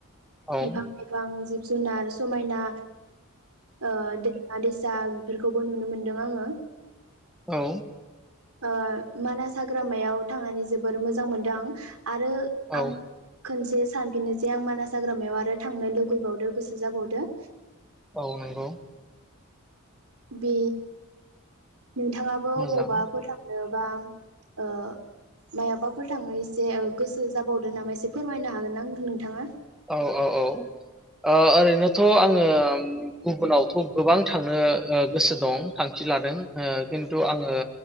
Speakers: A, in the centre; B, on the right.
A: औ
B: बिफां लाइफां जिब जुनार समायना ओ दैमा दैसा जा बेफोरखौबो नुनो मोनदों आङो
A: औ
B: ओ मानास हाग्रामायाव थांनानै जोबोर मोजां मोनदों आं आरो
A: औ
B: आं खोनसे सानफिनो जे आं मानास हाग्रामायाव आरो थांनो लुुबैबावदो गोसो जाबावदो
A: औ नंगौ
B: बे नोंथाङाबो
A: मोजां
B: अबावबा फोर थांनो बा ओ मायाबाफोर थांनो एसे गोसो जाबावदो नामा एसे फोरमायनो हागोन आं ओ नोंथाङा
A: औ औ औ ओ ओरैनोथ थ' आङो गुबुनावथ' गोबां थांनो ओ गोसो दं फि लादों ओ खिन्थु आङो ओ